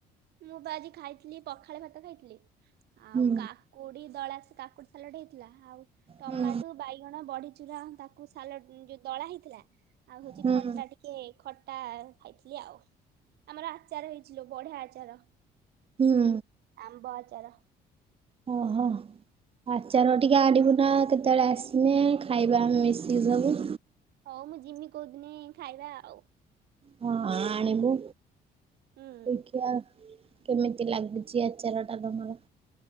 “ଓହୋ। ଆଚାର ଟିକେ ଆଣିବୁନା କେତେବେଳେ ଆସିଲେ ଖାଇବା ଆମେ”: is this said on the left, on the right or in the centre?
Right